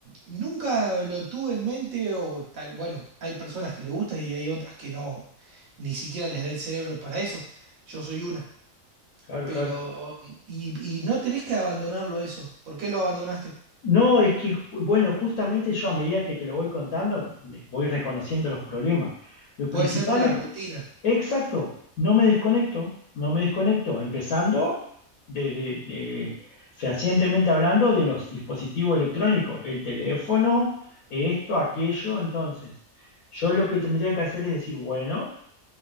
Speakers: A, on the right (about 80°); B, on the left (about 85°).
A: nunca lo tuve en mente o tal, bueno, hay personas que le gusta y hay otras que no ni siquiera les da el cerebro para eso. Yo soy una.
B: Claro,
A: Pero,
B: claro.
A: y, y no tenés que abandonarlo eso. ¿Por qué lo abandonaste?
B: No, es que, ju- bueno, justamente yo a medida que te lo voy contando, me- voy reconociendo los problemas. Lo principal
A: Puede ser por la
B: es,
A: rutina.
B: exacto, no me desconecto, no me desconecto, empezando desde, de- fehacientemente hablando de los dispositivos electrónicos, el teléfono, esto, aquello, entonces, yo lo que tendría que hacer es decir, bueno,